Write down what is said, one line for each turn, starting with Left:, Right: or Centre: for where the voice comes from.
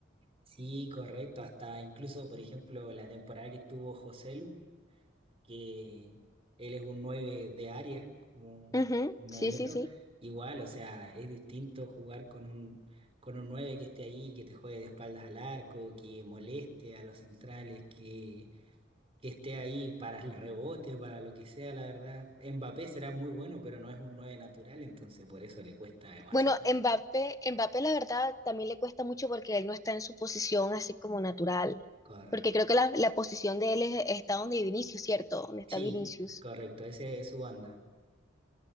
Right: Sí, correcto. Hasta incluso, por ejemplo, la temporada que estuvo José Lu, que él es un 9 de área, como un
Left: Ujú,
Right: 9
Left: Sí,
Right: neto,
Left: sí, sí.
Right: igual, o sea, es distinto jugar con un, con un 9 que esté ahí, que te juegue de espaldas al arco, que moleste a los centrales, que, que esté ahí para el rebote, para lo que sea, la verdad. Mbappé será muy bueno, pero no es un 9 natural, entonces por eso le cuesta demasiado.
Left: Bueno, Mbappé, Mbappé la verdad también le cuesta mucho porque él no está en su posición así como natural.
Right: Correcto.
Left: Porque creo que la, la posición de él es, está donde Vinicius, ¿cierto? Donde está
Right: Sí,
Left: Vinicius.
Right: correcto, ese es su banda.